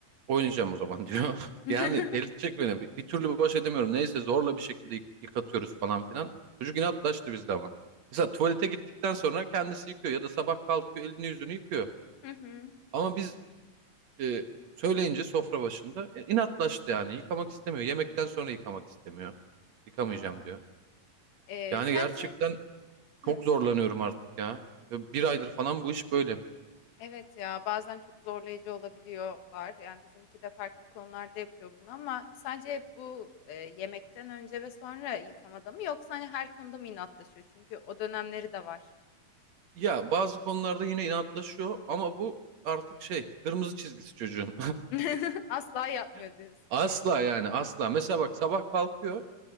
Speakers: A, on the right; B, on the left.
A: Oynayacağım o zaman <laughs> diyor.
B: <laughs>
A: Yani delirtecek beni. Bir, bir türlü baş edemiyorum. Neyse zorla bir şekilde yık- yıkatıyoruz falan filan. Çocuk inatlaştı bizde ama. Mesela tuvalete gittikten sonra kendisi yıkıyor ya da sabah kalkıyor elini yüzünü yıkıyor.
B: Hı hı.
A: Ama biz e, söyleyince sofra başında e, inatlaştı yani. Yıkamak istemiyor. Yemekten sonra yıkamak istemiyor. Yıkamayacağım
B: Aa.
A: diyor.
B: Ee,
A: Yani
B: sadece.
A: gerçekten
B: Hı.
A: çok zorlanıyorum artık ya. Ve Bir aydır falan bu iş böyle.
B: Evet ya bazen çok zorlayıcı olabiliyorlar. Yani bizimki de farklı konularda yapıyor bunu ama sadece hep bu e, yemekten önce ve sonra yıkamada mı yoksa hani her konuda mı inatlaşıyor? Çünkü o dönemleri de var.
A: Ya bazı konularda yine inatlaşıyor ama bu artık şey kırmızı çizgisi çocuğun.
B: <laughs> Asla yapmıyor diyorsun.
A: <laughs> Asla yani asla. Mesela bak sabah kalkıyor.